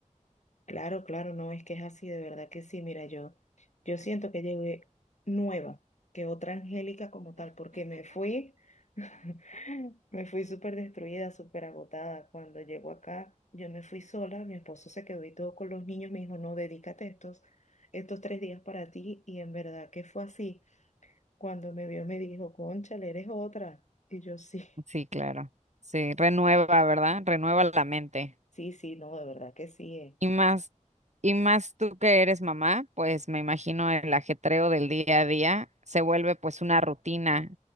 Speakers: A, on the left; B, on the right.
A: Claro, claro, no, es que es así, de verdad que sí, mira, yo, yo siento que llegué nueva, que otra Angélica como tal, porque me fui, <laughs> me fui súper destruida, súper agotada. Cuando llego acá, yo me fui sola, mi esposo se quedó y todo con los niños, me dijo, no, dedícate estos, estos tres días para ti, y en verdad que fue así. Cuando me vio me dijo, cónchale, eres otra, y yo sí,
B: Sí, claro. Sí, renueva, ¿verdad? Renueva la mente.
A: sí, sí, no, de verdad que sí, eh,
B: Y más, y más tú que eres mamá, pues me imagino el ajetreo del día a día se vuelve pues una rutina.